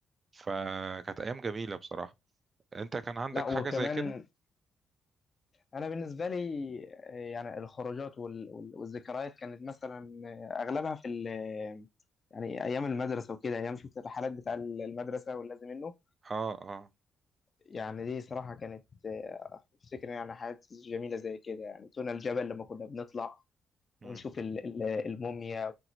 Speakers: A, on the right (about 40°); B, on the left (about 35°).
A: فكانت ايام جميلة بصراحة انت كان عندك
B: لا وكمان
A: حاجة زي كده
B: انا بالنسبة لي آه، يعني الخروجات وال- وال- والذكريات كانت مثلا آه، اغلبها في ال- يعني ايام المدرسة وكده ايام شفت الرحلات بتاع المدرسة واللازم منه
A: اه اه
B: يعني دي صراحة كانت آه، افتكر يعني حاجات جميلة زي كده يعني طلعنا الجبل لما كنا بنطلع
A: مم.
B: ونشوف ال- ال- الموميا